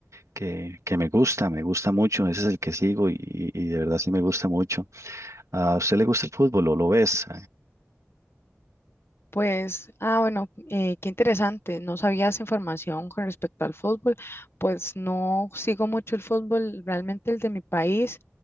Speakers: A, on the right; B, on the left.
A: que, que me gusta, me gusta mucho, ese es el que sigo y, y y de verdad sí me gusta mucho. ¿A usted le gusta el fútbol o lo ves?
B: Pues, ah, bueno, eh, qué interesante. No sabía esa información con respecto al fútbol. Pues no sigo mucho el fútbol, realmente el de mi país.